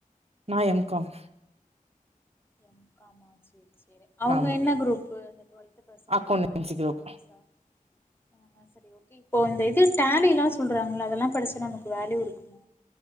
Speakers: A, on the right; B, on the left.
A: நா எம் காம்
B: எம் கா மா சேரி சேரி அவங்க
A: ஆமா
B: என்ன குரூப்பு அந்த டுவெல்த்து பசங்க
A: அக்கௌண்டன்சி
B: காமர்ஸ்
A: குரூப்
B: அக்கௌண்ட்ஸா <inaudible> ஓகே இப்போ இந்த இது டேலில்லா சொல்றாங்கள அதெல்லா படிச்சா நமக்கு வேல்யூ இருக்குமா